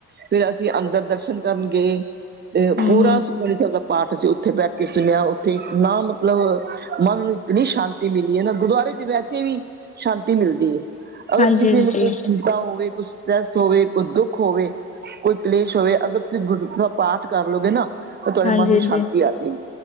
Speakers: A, on the right (about 35°); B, on the left (about 25°).
A: ਫਿਰ ਅਸੀਂ ਅੰਦਰ ਦਰਸ਼ਨ ਕਰਨ ਗਏ ਤੇ
B: ਹੂੰ-ਹੂੰ,
A: ਪੂਰਾ ਸੁਖਮਨੀ ਸਾਹਿਬ ਦਾ ਪਾਠ ਅਸੀਂ ਉੱਥੇ ਬੈਠੇ ਕੇ ਸੁਣਿਆ ਉੱਥੇ, ਇਨਾ ਮਤਲਬ ਮਨ ਨੂੰ ਇਤਨੀ ਸ਼ਾਂਤੀ ਮਿਲੀ ਹੈ ਨਾ ਗੁਰਦੁਆਰੇ ਚ ਵੈਸੇ ਵੀ ਸ਼ਾਂਤੀ ਮਿਲਦੀ ਹੈ ਅਗਰ
B: ਹਾਂਜੀ-ਹਾਂਜੀ,
A: ਕਿਸੇ ਨੂੰ ਕੋਈ ਹੋਵੇ ਕੁਛ ਸਟ੍ਰੈੱਸ ਹੋਵੇ ਕੁ ਦੁੱਖ ਹੋਵੇ ਕੋਈ ਕਲੇਸ਼ ਹੋਵੇ ਅਗਰ ਤੁਸੀਂ ਗੁਰ ਦਾ ਪਾਠ ਕਰ ਲੋਗੇ ਨਾ ਤਾਂ ਤੁਹਾਡੇ
B: ਹਾਂਜੀ-ਹਾਂਜੀ।
A: ਮਨ ਨੂੰ ਸ਼ਾਂਤੀ ਆਜੇਗੀ।